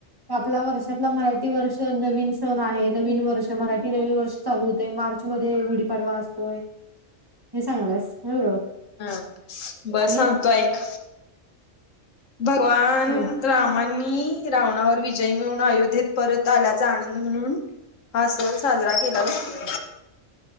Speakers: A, on the right; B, on the left.
A: आपला वर्षातला मराठी वर्ष सण नवीन सण आहे नवीन वर्ष मराठी नवीन वर्ष चालू होतेय मार्च मध्ये गुढीपाडवा असतोय हे सांगालास ह बरोबर
B: हम बस
A: आणि
B: सांगतो ऐक भगवान
A: हम्म
B: रामांनी रावणावर विजय मिळून अयोध्येत परत आल्याचा आनंद म्हणून हा सण साजरा केला जातोय